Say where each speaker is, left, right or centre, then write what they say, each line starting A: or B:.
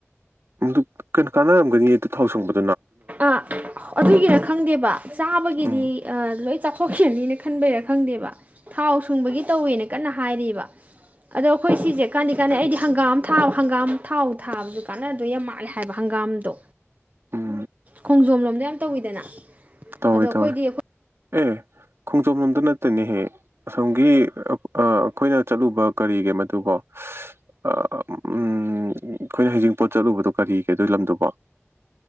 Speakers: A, on the right; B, on the right.
A: ꯑꯗꯨ ꯀꯩꯅꯣ ꯀꯥꯟꯅꯔꯝꯒꯅꯤ ꯑꯗꯨ ꯊꯥꯎ ꯁꯪꯕꯗ
B: ꯑ ꯑꯗꯨꯒꯤꯅ ꯈꯪꯗꯦꯕ ꯆꯥꯕꯒꯤꯗꯤ
A: ꯎꯝ
B: ꯂꯣꯏ ꯆꯥꯊꯣꯛꯁꯅꯤꯅ ꯈꯟꯕꯩꯔꯥ ꯈꯪꯗꯦꯕ ꯊꯥꯎ ꯁꯨꯡꯕꯒꯤ ꯇꯧꯋꯦꯅ ꯀꯟꯅ ꯍꯥꯏꯔꯤꯔꯤꯕ ꯑꯗꯣ ꯑꯩꯈꯣꯏ ꯁꯤꯁꯦ ꯀꯥꯟꯅ ꯀꯥꯟꯅꯩ ꯑꯩꯗꯤ ꯍꯪꯒꯥꯝ ꯊꯥ ꯍꯪꯒꯥꯝ ꯊꯥꯎ ꯊꯥꯕꯗꯨ ꯀꯥꯟꯅꯗꯣ ꯌꯥꯝ ꯃꯥꯜꯂꯦ ꯍꯥꯏꯕ ꯍꯪꯒꯥꯝꯗꯣ
A: ꯎꯝ
B: ꯈꯣꯡꯖꯣꯝ ꯂꯣꯝꯗ ꯌꯥꯝ ꯇꯧꯋꯤꯗꯅ
A: ꯇꯧꯋꯦ
B: ꯑꯗꯣ ꯑꯩꯈꯣꯏꯗꯤ
A: ꯇꯧꯋꯦ
B: ꯑꯩꯈꯣꯏ
A: ꯑꯦ ꯈꯣꯡꯖꯣꯝ ꯂꯣꯝꯗ ꯅꯠꯇꯅꯦꯍꯦ ꯑꯁꯣꯝꯒꯤ ꯑꯩꯈꯣꯏꯅ ꯆꯠꯂꯨꯕ ꯀꯔꯤꯒꯦ ꯃꯗꯨꯕꯣ ꯑꯩꯈꯣꯏꯅ ꯍꯩꯖꯤꯡꯄꯣꯠ ꯆꯠꯂꯨꯕꯗꯣ ꯀꯔꯤꯒꯦ ꯑꯗꯨꯒꯤ ꯂꯝꯗꯨꯕꯣ